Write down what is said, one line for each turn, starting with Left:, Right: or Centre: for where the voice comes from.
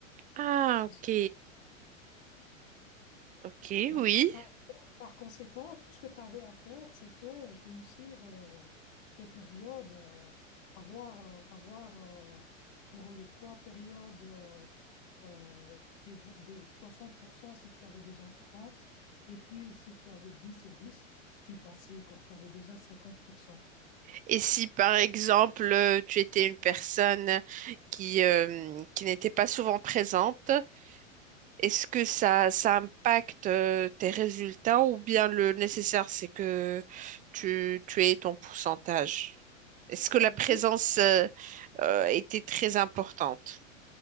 Right: Ah,
Left: Est-ce
Right: ok.
Left: que-
Right: Ok,
Left: donc,
Right: oui.
Left: par, par conséquent, tout ce que tu avais à faire, c'était réussir euh, tes périodes, euh, avoir, euh, avoir euh, pour les trois périodes euh, euh, des, v- des 60% si tu avais déjà 30, et puis si tu avais 10 et 10, tu passais quoi, tu avais déjà 50%.
Right: Et si par exemple euh, tu étais une personne qui, euh, qui n'était pas souvent présente, est-ce que ça, ça impacte euh, tes résultats ou bien le nécessaire c'est que tu, tu aies ton pourcentage? Est-ce que
Left: Bah,
Right: la
Left: écoute,
Right: présence euh, euh, était très importante?